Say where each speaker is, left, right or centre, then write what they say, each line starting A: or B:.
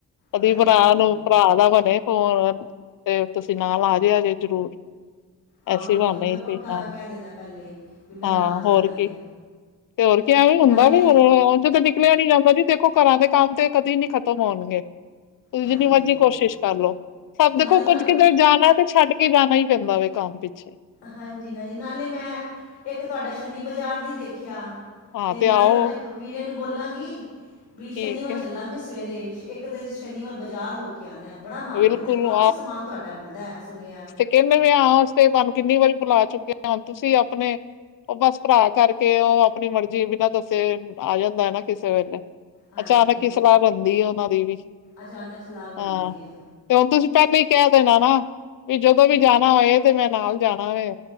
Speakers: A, on the left; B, on the left.
A: ਕਦੀ
B: ਹਾਂਜੀ
A: ਭਰਾ ਨੂੰ ਭਰਾ ਦਾ ਬਣੇ ਫੋਨ ਤੇ ਤੁਸੀਂ ਨਾਲ ਆ ਜਿਆ ਜੇ ਜਰੂਰ
B: ਆਵਾਂਗੇ
A: ਐਸੀ ਬਾਣੇ
B: ਹੁਣ ਤੇ ਮੈਂ
A: ਈ
B: ਪੱਕਾ
A: ਸੀ ਹਾਂ,
B: ਮੈਂ ਕਹਿ ਦੇਣਾ ਪਹਿਲੇ ਹੀ ਵੀ ਮੈਂ
A: ਹਾਂ
B: ਨਾਲ ਜਾਣਾ
A: ਹੋਰ
B: ਹੈ
A: ਕੀ। ਤੇ ਹੋਰ ਕੀ ਐਂਵੀ ਹੁੰਦਾ
B: ਨਾਲੇ
A: ਵੀ ਹੋਰ ਉਂਜ ਕਦੀ- ਨਿਕਲਿਆ ਨੀ ਜਾਂਦਾ ਜੀ, ਦੇਖੋ ਘਰਾਂ ਦੇ ਕੰਮ ਤੇ ਕਦੇ ਨੀ ਖਤਮ ਹੋਣਗੇ। ਤੁਸੀਂ
B: ਹਾਂਜੀ
A: ਜਿੰਨੀ ਮਰਜ਼ੀ
B: ਹਾਂਜੀ
A: ਕੋਸ਼ਿਸ਼ ਕਰਲੋ। ਸਭ ਦੇਖੋ
B: ਨਾਲੇ ਤੁਹਾਡੇ
A: ਕੁੱਝ ਕਿਧਰੇ ਜਾਣਾ ਤੇ- ਛੱਡ ਕੇ ਜਾਣਾ ਈ ਪੈਂਦਾ ਵੇ ਕੰਮ ਪਿੱਛੇ।
B: ਹਾਂਜੀ ਹਾਂਜੀ ਨਾਲੇ ਮੈਂ ਇੱਕ ਤੁਆਡਾ ਸ਼ਨੀ ਬਾਜ਼ਾਰ ਨੀ ਦੇਖਿਆ।
A: ਹਾਂ
B: ਤੇ ਨਾਲੇ
A: ਆਓ
B: ਤੁਆਡੇ ਪ ਵੀਰੇ ਨੂੰ ਬੋਲਾਂਗੀ, ਵੀ ਸ਼ਨੀਵਾਰ
A: ਠੀਕ ਹੈ
B: ਚੱਲਾਂਗੇ ਸਵੇਰੇ ਸ਼- ਇੱਕ ਤੇ ਸ਼ਨੀਵਾਰ ਬਾਜ਼ਾਰ ਹੋ ਕੇ ਆਣਾ, ਬੜਾ ਮੰਨੇ
A: ਬਿਲਕੁਲ
B: ਏ ਓਥੇ ਕਾਫੀ ਸਮਾਨ ਤੁਆਡਾ ਮਿਲਦਾ ਐ ਸੁਣਿਆ।
A: ਕੇਨੇ ਵੇ ਆਂ ਆਨ ਵਾਸਤੇ ਤਾਨੂੰ ਕਿੰਨੀ ਵਰੀ ਬੁਲਾ ਚੁੱਕੇ ਆਂ। ਹੁਣ ਤੁਸੀਂ ਆਪਣੇ- ਓ ਬਸ ਭਰਾ ਕਰਕੇ, ਓ ਆਪਣੀ ਮਰਜ਼ੀ ਬਿਨਾਂ ਦੱਸੇ ਆ ਜਾਂਦਾ ਏ ਨਾ ਕਿਸੇ ਵੇਲੇ।
B: ਹਾਂਜੀ
A: ਅਚਾਨਕ ਈ ਸਲਾ ਬਣਦੀ ਓਨਾਂ ਦੀ ਵੀ।
B: ਅਚਾਨਕ ਸਲਾਹ ਬਣਦੀ
A: ਹਾਂ
B: ਹੈ
A: ਤੇ ਹੁਣ ਤੁਸੀਂ ਪੈਲੇ ਈ ਕੈ ਦੇਣਾ ਨਾ ਵੀ ਜਦੋਂ ਵੀ ਜਾਣਾ ਹੋਏ ਤੇ ਮੈਂ ਨਾਲ ਜਾਣਾ ਵੇ।